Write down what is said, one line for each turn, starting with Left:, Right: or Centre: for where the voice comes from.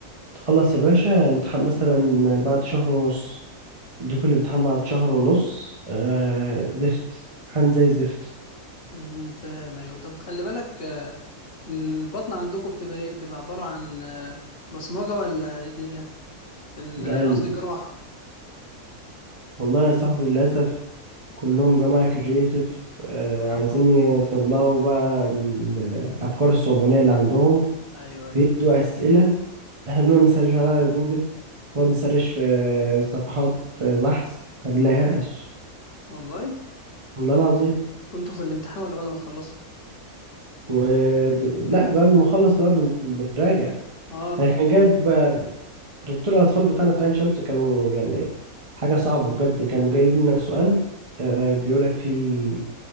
Right: تخلص يا باشا امتحان مثلا بعد شهر ونص يدوك الامتحان بعد شهر ونص آه زفت امتحان زي الزفت
Left: امم فاهم ايوه طب خلي بالك البطن عندكم بتبقى ايه بتبقى عبارة عن آه، بصمجة ولا ايه الدنيا ال-
Right: لا
Left: آه،
Right: ال-
Left: قصدي جراحة
Right: والله يا صاحبي للأسف كلهم جماعة كرييتيف
Left: اه
Right: عايزين يطلعوا بقى الأفكار الصعبانية اللي عندهم
Left: ايوه ايوه
Right: بيدوا أسئلة احنا بنقعد نسرش عليها على جوجل نقعد نسرش في صفحات بحث ما بنلاقيهاش
Left: والله
Right: والله العظيم
Left: كنتوا في الامتحان ولا بعد ما تخلصوا
Right: و... لا بعد ما نخلص بقى بن- بنراجع
Left: اه
Right: يعني كان جايب دكتور الأطفال بتاعنا بتاع عين شمس كانوا يعني حاجة صعبة بجد كانوا جايب لنا سؤال آه، بيقولك فيه